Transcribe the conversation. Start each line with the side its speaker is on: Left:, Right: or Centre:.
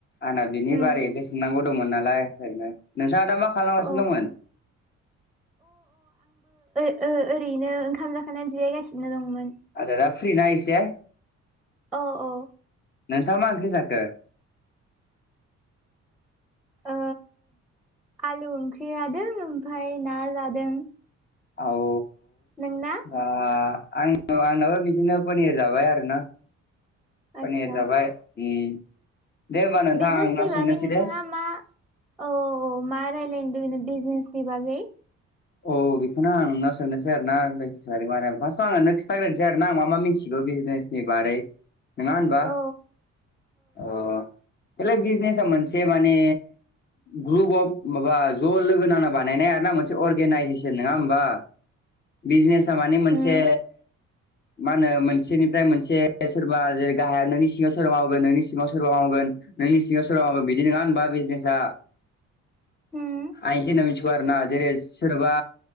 Left: आंना बिनि
Centre: उम
Left: बारै एसे सोंनांगौ दंमोन नालाय ओरैनो नो जादा मा खालामगासिनो
Centre: अ
Left: दंमोन?
Centre: ओ ओरैनो ओंखाम जाखांनानै जिरायगासिनो दंमोन।
Left: आजादा फ्रिना एसे?
Centre: औ औ
Left: नोंथाङा मा ओंख्रि जाखो?
Centre: ओ आलु ओंख्रि जादों ओमफ्राय ना जादों।
Left: आव
Centre: नोंना?
Left: दा आं औ आंनाबो बिदिनो पनिर जाबाय आरो ना। पनिर
Centre: आदसा
Left: जाबाय उम दे होमबा नोंथां
Centre: बिजनेसनि
Left: आं दा
Centre: बागै
Left: सोंनोसै
Centre: नोंथाङा
Left: दे
Centre: मा औ औ औ मा रायलायनो लुगैनो बिजनेस नि बागै।
Left: औ बेखौनो आं नोंनाव सोंनोसै आरो ना <unintelligible> फार्सयाव आं नोंनो खिथाग्रोसै आरोना आं मा मा मिथिगौ। बिजनेसनि बारै नङा होनबा
Centre: औ
Left: औ। बेलाय बिजनेस मोनसे माने ग्रुप अफ माबा ज' लोगो नांना बानायनाय आरो ना मोनसे अर गेनाइजेसन नङा होमबा बिजनेसा मानि मोनसे
Centre: होम
Left: मा होनो मोनसेनिफ्राय मोनसे सोरबा जेरै गाहाया नोंनि सिङाव सोरबा मावगोन नोंनि सिङाव सोरबा मावगोन। नोंनि सिङाव सोरावबा मावगोन बिदि नङा होनबा बिजनेसा।
Centre: होम
Left: आं एदि होनना मिथिगौ आरो ना जेरेस सोरनोबा